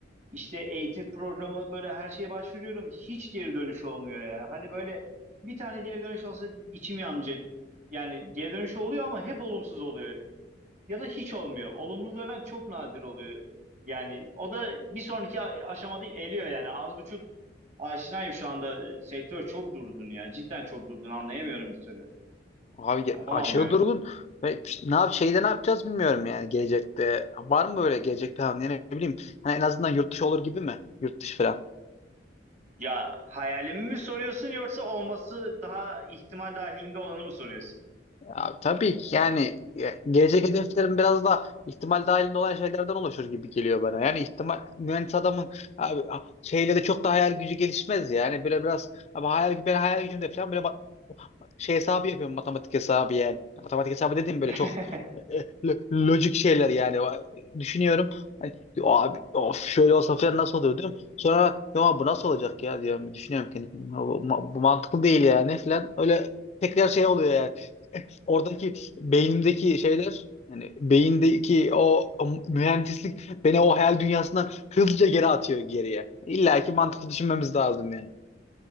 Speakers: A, on the right; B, on the left.
A: işte eğitim programı böyle her şeye başvuruyorum. Hiç geri dönüş olmuyor ya. Hani böyle bir tane geri dönüş olsa içim yanmayacak. Yani geri dönüş oluyor ama hep olumsuz oluyor ya da hiç olmuyor. Olumlu dönen çok nadir oluyor. Yani o da bir sonraki a- aşamada eliyor yani. Az buçuk aşinayım şu anda. Sektör çok durdun ya. Cidden çok durdun. Anlayamıyorum bir türlü.
B: Abi ge-
A: Kafam
B: aşırı
A: almıyor.
B: durgun. Ve işte ne yap şeyde ne yapacağız bilmiyorum yani gelecekte. Var mı böyle gelecek planı yani ne bileyim. Hani en azından yurt dışı olur gibi mi? Yurt dışı falan.
A: Ya hayalimi mi soruyorsun yoksa olması daha ihtimal dahilinde olanı mı soruyorsun?
B: Abi, tabii ki yani e, gelecek hedeflerim biraz da ihtimal dahilinde olan şeylerden oluşur gibi geliyor bana. Yani ihtimal mühendis adamın abi, a- şeyle de çok da hayal gücü gelişmez yani. Böyle biraz ama hayal, ben hayal gücümde falan böyle şey hesabı yapıyorum matematik hesabı yani. Matematik hesabı dediğim böyle
A: <laughs>
B: çok e, e, lo- lojik şeyler yani. Düşünüyorum. Hani, diyor, abi of şöyle olsa falan nasıl olur diyorum. Sonra ya bu nasıl olacak ya diyorum. Düşünüyorum kendi kendime. Bu, bu mantıklı değil yani falan. Öyle tekrar şey oluyor yani. <laughs> Oradaki beynimdeki şeyler yani beyindeki o o mühendislik beni o hayal dünyasından hızlıca geri atıyor geriye. İlla ki mantıklı düşünmemiz lazım yani.